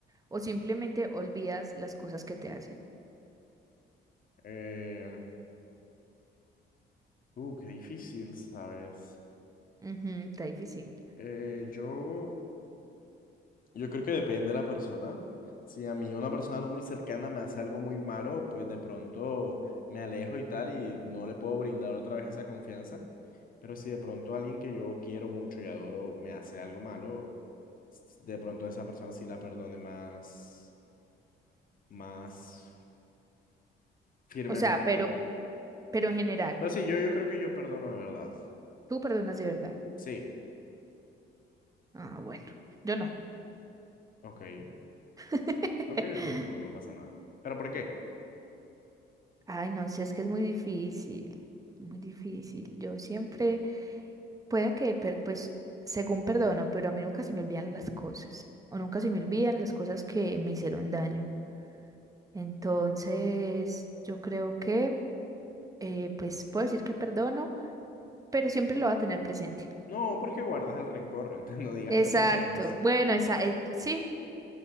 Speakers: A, on the right; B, on the left.
A: o simplemente olvidas las cosas que te hacen?
B: Eh, uh, qué difícil, ¿sabes?
A: Ujú, está difícil.
B: Eh, yo, yo creo que depende de la persona. Si a mí una persona no muy cercana me hace algo muy malo, pues de pronto me alejo y tal y no le puedo brindar otra vez esa confianza. Pero si de pronto alguien que yo quiero mucho y adoro me hace algo malo, s- de pronto esa persona sí la perdone más, más firmemente.
A: O sea, pero, pero en general,
B: Pero sí, yo, yo creo que yo perdono de verdad.
A: ¿tú perdonas de verdad?
B: Sí,
A: Ah, bueno, yo no.
B: ok,
A: <laughs>
B: ok, ok, no, no pasa nada. ¿Pero por qué?
A: Ay, no sé, es que es muy difícil, muy difícil. Yo siempre, puede que, per- pues, según perdono, pero a mí nunca se me olvidan las cosas, o nunca se me olvidan las cosas que me hicieron daño. Entonces, yo creo que, eh, pues, puedo decir que perdono. pero siempre lo va a tener presente.
B: No, porque guardas el rencor, <laughs> entonces no digas
A: Exacto.
B: que perdonas.
A: Bueno, esa, eh, sí,